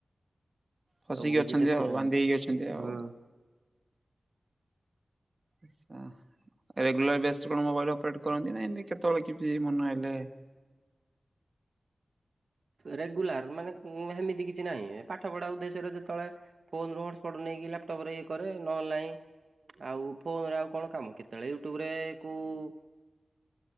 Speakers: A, on the right (about 45°); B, on the right (about 75°).
A: ଫସିକି
B: ସବୁ କିଛି
A: ଅଛନ୍ତି
B: ଦେଖୁଛନ୍ତି
A: ଆଉ ବାନ୍ଧି ହେଇକି ଅଛନ୍ତି ଆଉ।
B: ହୁଁ।
A: ଆଛା ରେଗୁଲାର ବ କଣ ମୋବାଇଲ ଅପରେଟ କରନ୍ତି ନା ଏମିତି କେତେବେଳେ କିମିତି ମନ ହେଲେ।
B: ରେଗୁଲାର ମାନେ ସେମିତି କିଛି ନାହିଁ ପାଠ ପଢା ଉଦ୍ଦେଶ୍ୟରେ ଯେତେବେଳେ ଫୋନ ରୁ ହଟାସ୍ପଟ ନେଇକି ଲାପଟୋପ ଇଏ କରେ ନହେଲେ ନାଇଁ। ଆଉ ଫୋନରେ ଆଉ କଣ କାମ କେତେବେଳେ ୟୁଟ୍ୟୁବରେ କୋଉ